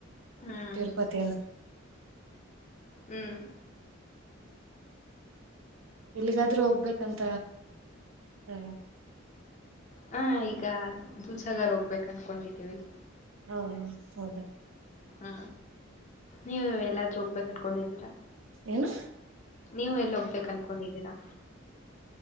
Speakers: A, on the left (about 35°); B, on the right (about 75°).
A: ಹ್ಮ್
B: ತಿರುಪತಿಿಯ <inaudible>
A: ಹ್ಮ್
B: ಎಲ್ಲಿಗಾದ್ರೂ ಹೋಗ್ಬೇಕಂತ ಹ
A: ಹ ಈಗ ದೂಧಸಗರ ಹೋಗ್ಬೇಕ್ ಅನ್ಕೊಂಡಿದ್ದೀನೀ ರಿ
B: ಹಾ ಹೌದಾ.
A: ಹ್ಮ ನೀವು ಎಲ್ಲಾದ್ರು ಹೋಗ್ಬೇಕು ಅನ್ಕೊಂಡಿದ್ದೀರಾ.
B: ಏನು
A: ನೀವು ಎಲ್ಲಿೋಗ್ಬೇಕು ಅನ್ಕೊಂಡಿದ್ದೀರಾ